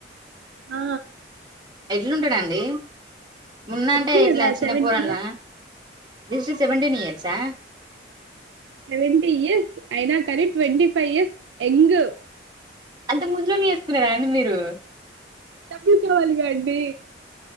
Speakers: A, on the right; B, on the right.
A: ఆ
B: ఎట్లుంటాడండి మున్న
A: చెప్పింది
B: అంటే ఎట్లా
A: కదా
B: చిన్న
A: సెవెంటీ
B: పోరడ్ల
A: ఇయర్స్
B: స్ సెవెన్ టీన్ ఇయర్సా
A: సెవెంటీ ఇయర్స్ అయినా కానీ ట్వంటీ ఫైవ్ ఇయర్స్ ఎంగ్
B: అంటే ముసళ్ళోలోనే చేసుకున్నారండి మీరు
A: డబ్బులు కావాలిగా అండి